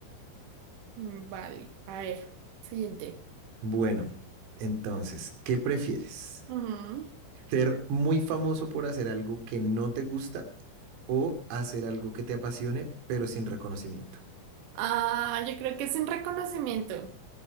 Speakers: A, on the right; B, on the right.
A: Mm, Vale, a ver, siguiente.
B: Bueno, entonces, ¿qué prefieres?
A: Ujú.
B: ¿Ser muy famoso por hacer algo que no te gusta o hacer algo que te apasione pero sin reconocimiento?
A: Ah, yo creo que es un reconocimiento,